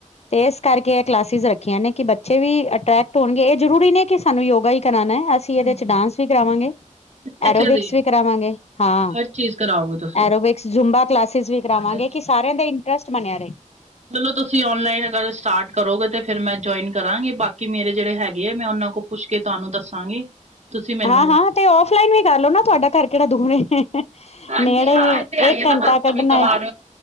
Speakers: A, on the left (about 55°); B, on the right (about 55°).
A: ਤੇ ਏਸ ਕਰਕੇ ਏ ਕਲਾਸਿਸ ਰੱਖੀਆਂ ਨੇ ਕਿ ਬੱਚੇ ਵੀ ਅਟ੍ਰੈਕ ਧੋਣਗੇ ਜ਼ਰੂਰੀ ਨੀ ਕੀ ਸਾਨੂੰ ਯੋਗਾ ਈ ਕਰਾਣਾ ਅਸੀਂ
B: ਹਾਂਜੀ
A: ਇਹਦੇ ਚ ਡਾਂਸ ਵੀ ਕਰਾਵਾਂਗੇ।
B: ਅੱਛਾ
A: ਐਰੋਬਿਕਸ
B: ਅੱਛਾ ਜੀ
A: ਵੀ ਕਰਾਵਾਂਗੇ ਹਾਂ
B: ਹਰ ਚੀਜ਼ ਕਰਾਓਗੇ ਤੁਸੀਂ
A: ਐਰੋਬਿਕਸ, ਜੁੰਬਾ ਕਲਾਸਿਸ ਵੀ। ਕਰਾਵਾਂਗੇ
B: ਅੱਛਾ
A: ਕੀ ਸਾਰਿਆਂ ਦਾ ਇੰਟਰਸਟ ਬਣਿਆ ਰਏ।
B: ਲੱਲੋ ਤੁਸੀਂ ਔਨਲਾਈਨ ਅਗਰ ਸਟਾਰਟ ਕਰੋਗੇ ਤੇ ਫੇਰ ਮੈਂ ਜੁਆਇਨ ਕਰਾਂਗੀ ਬਾਕੀ ਮੇਰੇ ਜੇੜੇ ਹੈਗੇ ਆ ਮੈਂ ਓਨਾਂ ਕੋ ਪੁੱਛ ਕੇ ਤੁਹਾਨੂੰ ਦੱਸਾਂਗੀ। ਤੁਸੀਂ ਮੈਨੂੰ
A: ਹਾਂ-ਹਾਂ ਤੇ ਓਫਲਾਈਨ ਵੀ ਕਰ ਲੋ ਨਾ ਤੁਹਾਡਾ ਘਰ ਕੇੜਾ ਦੂਰ ਏ।
B: ਹਾਂਜੀ
A: ਨੇੜੇ
B: ਹਾਂ
A: ਹੀ ਏ
B: ਇਥੇ ਆ
A: ਇੱਕ
B: ਜਾਂਦਾ
A: ਘੰਟਾ ਕੱਢਣਾ
B: ਕਬੀ ਕਵਾਰ।
A: ਏ